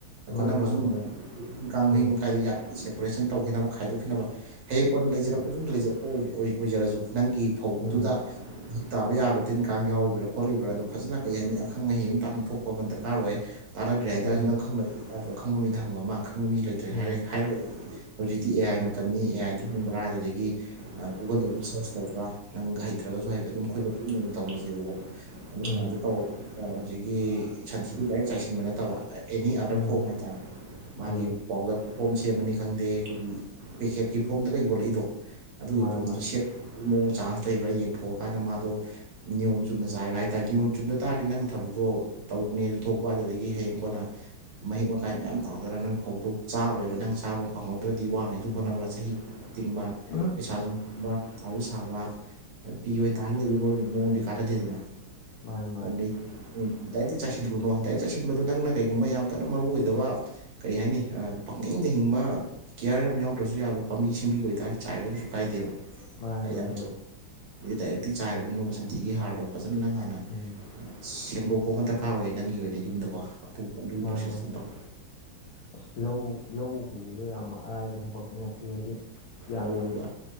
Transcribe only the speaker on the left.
ꯃꯥꯅꯤ
ꯃꯥꯅꯤ
ꯎꯝ
ꯎꯝ
ꯎꯝ
ꯎꯝ
ꯎꯝ
ꯎꯝ
ꯎꯝ
ꯎꯝ
ꯃꯥꯅꯤ
ꯃꯥꯅꯤ
ꯎꯝ
ꯃꯥꯅꯤ ꯃꯥꯅꯤ
ꯃꯥꯅꯤ ꯃꯥꯅꯦꯕ
ꯎꯝ
ꯃꯥꯅꯤ
ꯃꯥꯅꯤ
ꯑꯁ ꯂꯧ ꯂꯧ ꯎꯕꯤꯁꯨ ꯌꯥꯝ ꯑꯔꯥꯏꯕ ꯊꯕꯛꯛꯇꯤ ꯅꯠꯇꯦ ꯍꯥꯏꯗꯤ ꯌꯥꯝꯅ